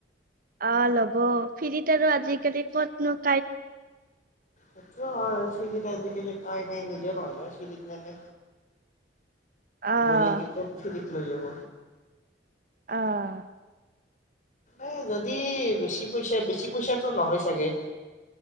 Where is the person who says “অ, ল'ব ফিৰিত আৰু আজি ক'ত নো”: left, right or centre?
Right